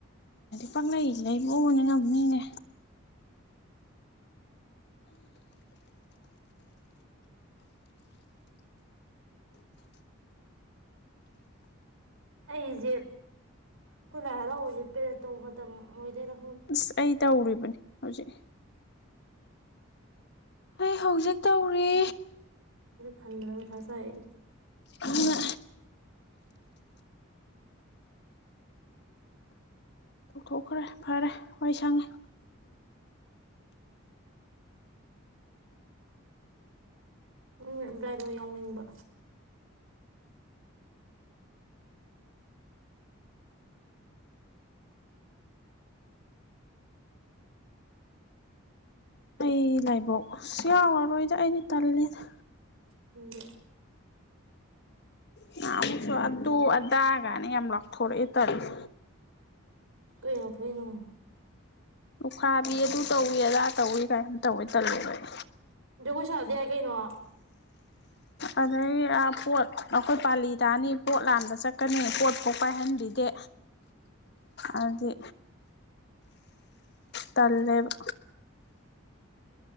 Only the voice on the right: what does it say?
ꯑꯩꯖꯦ ꯈꯣꯏ ꯂꯥꯏꯍꯔꯥꯎꯕꯖꯦ ꯄꯦꯔꯠ ꯇꯧꯕ ꯃꯇꯝ ꯃꯣꯏꯗꯣꯏꯔ
ꯈꯟꯕꯗ ꯃꯊꯥ ꯁꯥꯏ ꯑꯩ
<unintelligible> ꯌꯥꯎꯅꯤꯡꯕ
ꯈꯪꯗꯦ
ꯀꯩ ꯂꯥꯎꯊꯣꯛꯏꯅꯣ
<unintelligible> <unintelligible> ꯌꯥꯏ ꯀꯩꯅꯣ